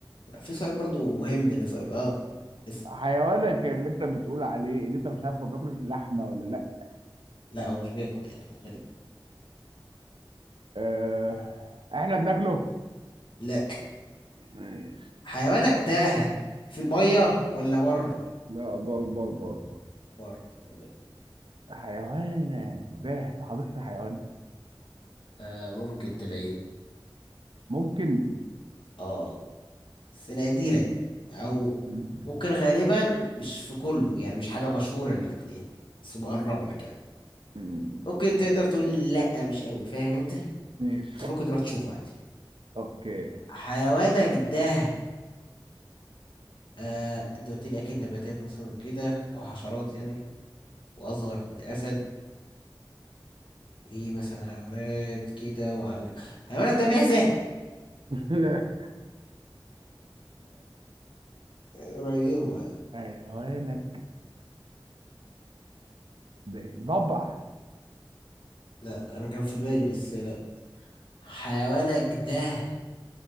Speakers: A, on the left; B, on the right.
A: في سؤال برضو مهم نسأله اه اس-
B: حيوانك اللي انت بتقول عليه اللي انت مش عارف هو بياكل لحمة ولا لا
A: لا هو مش بياكل يعني غريب
B: آه احنا بناكله
A: لا
B: ماشي
A: حيوانك ده في المية ولا بر
B: لا بر بر بر بر
A: بر تمام
B: حيوانك ده في حديقة الحيوان
A: آه ممكن تلاقيه
B: ممكن
A: اه بس نادرا او
B: مم.
A: ممكن غالبا مش في كله يعني مش حاجة مشهورة انك تلاقيه بس بقرب لك يعني
B: مم.
A: ممكن تقدر تقول لا مش قوي فاهم انت
B: ماشي
A: بس ممكن تروح تشوفه عادي
B: اوكي
A: حيوانك ده آه انت قلت لي اكل نباتات مثلا وكده او حشرات يعني واصغر من الاسد ايه مثلا حيوانات كده وعلى حيوانك ده معزة
B: <laughs>
A: قريبة أه،
B: اي هوانك ب- ضبع
A: لا انا كان في بالي بس لا حيوانك ده